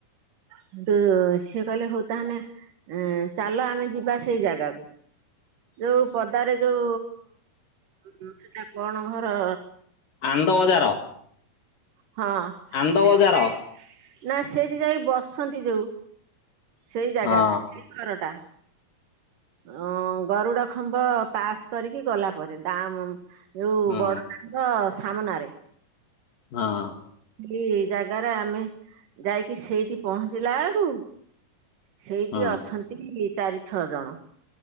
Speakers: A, on the right (about 60°); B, on the left (about 60°).
A: ହେଟୁ ସିଏ କହିଲେ ହଉ ତାହାନେ ଏଁ- ଚାଲ ଆମେ ଯିବା ସେଇ ଜାଗାକୁ ଯଉ ପଦାରେ ଯଉ <unintelligible> କଣ ଘର।
B: ଆନନ୍ଦ ବଜାର।
A: ହଁ
B: ଆନନ୍ଦ
A: ସେଇଠି
B: ବଜାର
A: ଯାଇକି ନା ସେଇଠି ଯାଇକି ବସନ୍ତି ଯଉ। ସେଇ ଜାଗା
B: ହଁ
A: ଟା ସେଇ ଘର ଟା। ଅ-ଗରୁଡ ଖମ୍ବ ପାସ୍ କରିକି ଗଲା ପରେ ଦାମ୍ ଯଉ
B: ହଁ
A: ବଡ଼ଦାଣ୍ଡ ସାମ୍ନାରେ।
B: <unintelligible>
A: ହେଇ ଜାଗାରେ ଆମେ ଯାଇକି ସେଇଠି ପହଞ୍ଚିଲା ବେଳକୁ ସେଇଠି
B: ହଁ
A: ଅଛନ୍ତି ଚାରି ଛଅ ଜଣ।